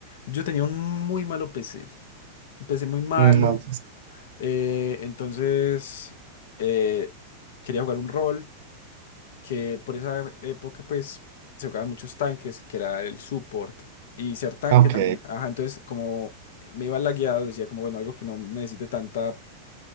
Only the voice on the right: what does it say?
Muy mal.
Ok,